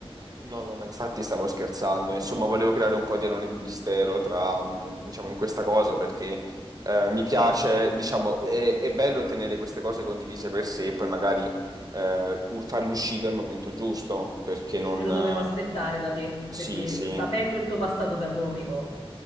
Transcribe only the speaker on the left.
Me lo
dovevo aspettare da te,
perché
sapendo il tuo passato da comico,